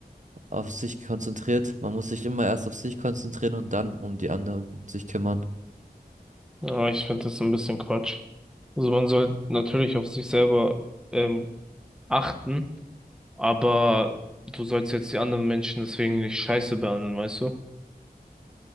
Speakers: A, on the right; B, in the centre.
A: auf sich konzentriert. Man muss sich immer erst auf sich konzentrieren und dann um die anderen sich kümmern.
B: Ja, ich finde das ein bisschen Quatsch. Also man soll natürlich auf sich selber ähm, achten, aber du sollst jetzt die anderen Menschen deswegen nicht scheiße behandeln, weißt du?